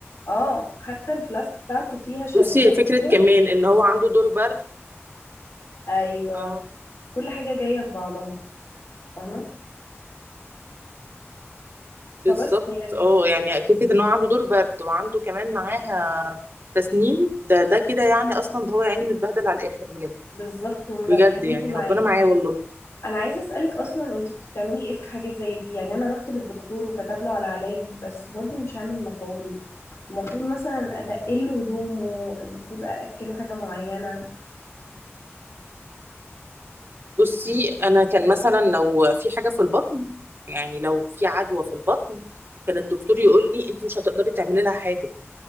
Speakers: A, on the left; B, on the right.
A: اه حتى الفلاسك بتاعته فيها شاليمو
B: بصي هي فكرة
A: كده
B: كمان ان هو عنده دور برد
A: ايوه
B: اه
A: كل حاجه جايه في بعضها فاهمه فبس
B: بالظبط
A: يعني
B: اه يعني فكرة ان هو عنده دور برد وعنده كمان معاها تسنين ده ده كده يعني اصلا ده هو يعني متبهدل على الاخر بجد
A: بالظبط ومبهدلني
B: بجد يعني
A: معاه
B: ربنا معايا والله
A: انا عايزه اسالك اصلا انت كنت بتعملي ايه في حاجات زي دي يعني انا رحت للدكتور وكتب له على علاج بس برضو مش عامل مفعول المفروض مثلا اتقل له هدومه المفروض ااكله حاجه معينه
B: بصي انا كان مثلا لو في حاجه في البطن يعني لو في عدوى في البطن كان الدكتور يقول لي انت مش هتقدري تعملي لها حاجه